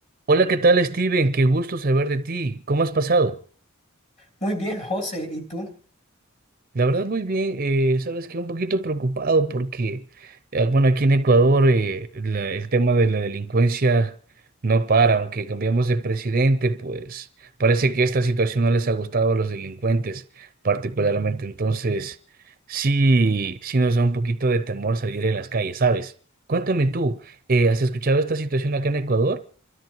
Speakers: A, on the right; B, on the left.
A: Hola, ¿qué tal, Steven? Qué gusto saber de ti. ¿Cómo has pasado?
B: Muy bien, José, ¿y tú?
A: La verdad, muy bien. eh, sabes que un poquito preocupado porque, eh, bueno, aquí en Ecuador eh, la- el tema de la delincuencia no para. Aunque cambiamos de presidente, pues parece que esta situación no les ha gustado a los delincuentes particularmente. Entonces, sí, sí nos da un poquito de temor salir en las calles, ¿sabes? Cuéntame tú, eh, ¿has escuchado esta situación acá en Ecuador?